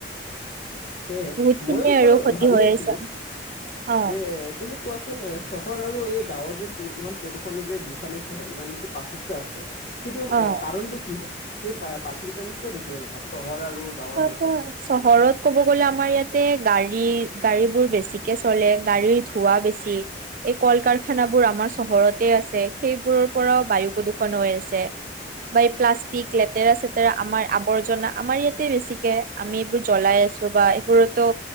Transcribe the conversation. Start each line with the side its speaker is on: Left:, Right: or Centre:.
Left: সেয়হে
Right: বহুত খিনিয়ে
Left: ময়ো
Right: আৰু
Left: বাৰু
Right: ক্ষতি
Left: ভাবি
Right: হৈ
Left: আছিলো,
Right: আছে অ'
Left: যে তুমি কোৱাচোন চহৰ আৰু এই গাঁৱৰ যে ইমান প্ৰদূষণৰ যে ডিফাৰেঞ্চ ইমান বেছি পাৰ্থক্য আছে সেইটো
Right: অ'
Left: কাৰণটো কি হয়? সেই পাৰ্থক্যতো আমি কিয় দেখিবলৈ পাওঁ চহৰ আৰু গাঁৱৰ
Right: অ
Left: মাজত?
Right: ক <unintelligible> চহৰত ক'ব গ'লে, আমাৰ ইয়াতে গাড়ী গাড়ীবোৰ বেছিকে চলে, গাড়ীৰ ধোঁৱা বেছি এই কল কাৰখানাবোৰ আমাৰ চহৰতে আছে, সেইবোৰৰ পৰাওঁ বায়ু প্ৰদূষণ হৈ আছে। বা এই প্লাষ্টিক লেতেৰা চেতেৰা আমাৰ আৱৰ্জনা আমাৰ ইয়াত বেছিকে আমি এইবোৰ জ্বলাই আছো বা এইবোৰতো